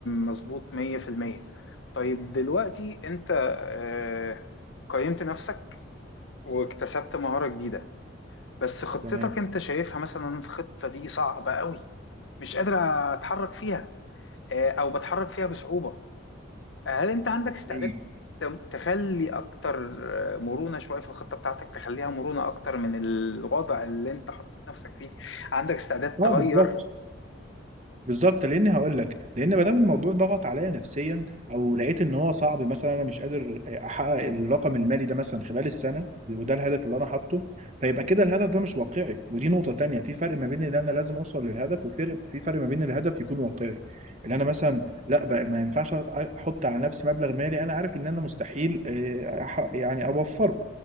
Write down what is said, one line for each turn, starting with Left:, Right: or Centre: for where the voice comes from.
Left: مظبوط 100% طيب دلوقتي انت آه، قيمت نفسك واكتسبت مهارة جديدة بس خطتك
Right: تمام
Left: انت شايفها مثلا الخطة دي صعبة قوي مش قادر اتحرك فيها آه، او بتحرك فيها بصعوبة هل انت عندك استعداد
Right: مم.
Left: تم- تخلي اكتر آه، مرونة شوية في الخطة بتاعتك تخليها مرونة اكتر من الوضع اللي انت حطيت نفسك فيه عندك استعداد
Right: اه
Left: تغير
Right: بالظبط بالظبط لان هقول لك لان ما دام الموضوع ضغط عليا نفسيا او لقيت ان هو صعب مثلا انا مش قادر احقق الرقم المالي ده مثلا خلال السنه وده الهدف اللي انا حاطه فيبقى كده الهدف ده مش واقعي ودي نقطه تانية في فرق ما بين ان انا لازم اوصل للهدف وفرق في فرق ما بين الهدف يكون واقعي ان انا مثلا لا بقى ما ينفعش احط على نفسي مبلغ مالي انا عارف ان انا مستحيل آه، أح- يعني اوفره